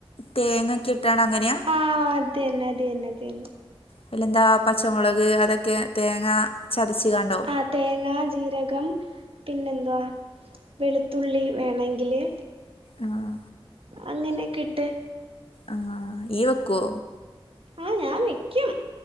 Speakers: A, on the left; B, on the right.
A: തേങ്ങൊക്കെ ഇട്ടാണ് അങ്ങനെയാ
B: ആ അതന്നെ അതന്നെ അതന്നെ
A: അതിലെന്താ പച്ചമുളക് അതൊക്കെ തേങ്ങ ചതച്ച് കാണ്ടോ?
B: ആഹ് തേങ്ങ ജീരകം പിന്നെ എന്തുവാ വെളുത്തുള്ളി വേണെങ്കില്
A: ആഹ്
B: അങ്ങനോക്കെ ഇട്ട്
A: ആഹ് ഇയ്യ് വെക്കോ
B: ആ ഞാൻ വെക്കും